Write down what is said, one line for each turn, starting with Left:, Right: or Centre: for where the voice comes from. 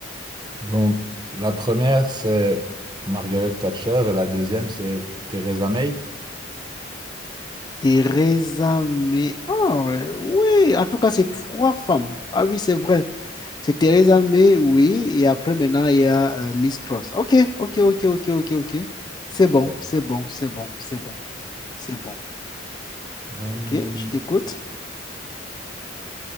Right: Donc, la première, c'est Margaret Thatcher et la deuxième, c'est Theresa May.
Left: Teresa May. Ah, ouais, oui, en tout cas, c'est trois femmes. Ah oui, c'est vrai. C'est Teresa May, oui. Et après, maintenant, il y a euh, Liz Truss. OK, OK, OK, OK, OK, OK. C'est
Right: Parfait.
Left: bon, c'est bon, c'est bon, c'est bon, c'est bon.
Right: Euh,
Left: OK, je t'écoute.